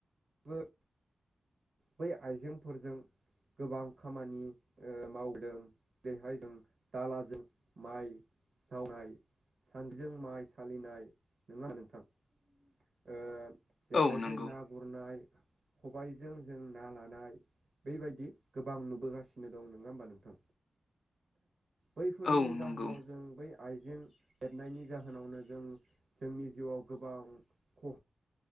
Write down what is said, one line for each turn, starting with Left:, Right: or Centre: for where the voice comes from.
Right: बो बै आइजेंफोरजों गोबां खामानि मावदों जेरैहाय जों दालाजों माइ जावनाय सानद्रिजों माइ सालिनाय नङा होमबा नोंथां? ओ जेखाइजों
Left: औ नंगौ
Right: ना गुरनाय खबायजों जों ना लानाय बैबायदि गोबां नुबोगासिनो दं नोङा होमबा नोंथां? बैफोरनि
Left: औ नंगौ
Right: जाहोनाव जों बै आइजें हेबनायनि जाहोनावनो जों जोंनि जिउआव गोबां ख'